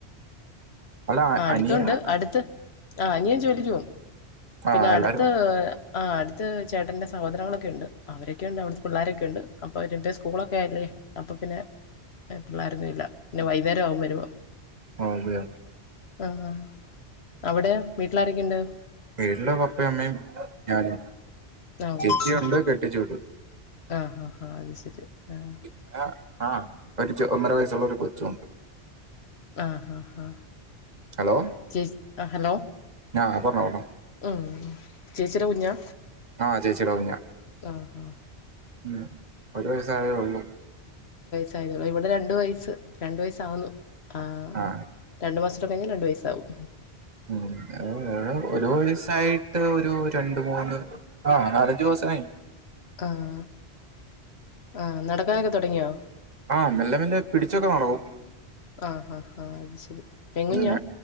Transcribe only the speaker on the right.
അല്ല
അനിയൻ
ആഹ്
എല്ലാരും
ആഹ് അതെയാ
വീട്ടില് പപ്പയും അമ്മയും ഞാനും
ചേച്ചി
ഒണ്ട് കെട്ടിച്ചു വിട്ടു
പിന്നെ ആ ഒരു ഒന്നര വയസ്സുള്ള ഒരു കൊ ച്ചും ഒണ്ട്
ഹലോ
ആ പറഞ്ഞോ പറഞ്ഞോ
ആ ചേച്ചിയുടെ കുഞ്ഞാ
ഉം ഒരു വയസായേ ഒള്ളൂ
ആ
ഉം ഏഹ് ഒരു വയസായിട്ട് ഒരു രണ്ട് മൂന്ന് ആഹ് നാലഞ്ചു മാസായി
ആഹ് മെല്ലെ മെല്ലെ പിടിച്ചൊക്കെ നടക്കും
ഉം